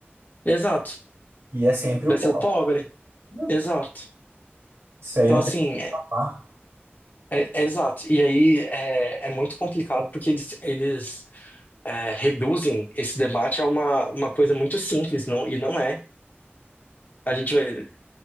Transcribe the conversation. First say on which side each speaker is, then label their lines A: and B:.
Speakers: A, on the left (about 45°); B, on the right (about 65°).
A: Exato.
B: E é sempre o
A: Vai ser
B: pobre.
A: o pobre.
B: né?
A: Exato.
B: Isso aí
A: Então,
B: não
A: assim,
B: tem
A: é,
B: papá.
A: é- é exato. E aí é, é muito complicado porque eles, eles é, reduzem esse debate a uma, uma coisa muito simples, não, e não é. A gente,